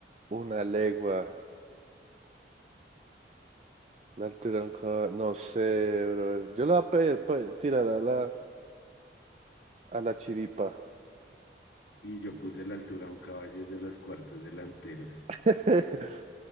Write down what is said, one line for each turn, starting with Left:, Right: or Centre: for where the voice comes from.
Right: Una legua, la altura de un caba- no sé, bro. Yo la voy a pe- pe- tirar a la, a la chiripa.
Left: Y yo puse la altura de un caballo desde los cuartos delanteros.
Right: <laughs>